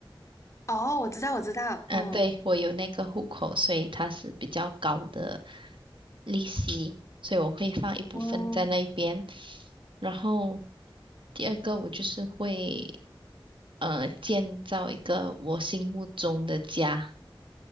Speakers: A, on the left (about 35°); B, on the right (about 65°).
A: 哦，我知道，我知道，
B: 嗯、
A: 嗯，
B: 对，我有那个户口，所以它是比较高的利息，所以我会放一部分在那一边。
A: 哦
B: 然后第二个，我就是会呃建造一个我心目中的家，